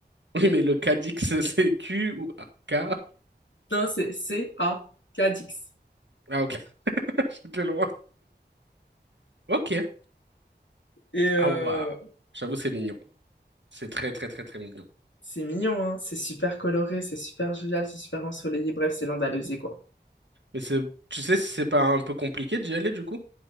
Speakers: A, on the right; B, on the left.
A: Oui, mais le Cadix, c'est Q ou A- K?
B: non, c'est C-A, Cadix.
A: Ah, ok, <laughs> j'étais loin. Ok.
B: Et euh,
A: Ah, waouh. J'avoue, c'est mignon. C'est très, très, très, très mignon.
B: c'est mignon, hein, c'est super coloré, c'est super jovial, c'est super ensoleillé, bref, c'est l'Andalousie, quoi.
A: Mais c'est, tu sais si c'est pas un peu compliqué d'y aller, du coup?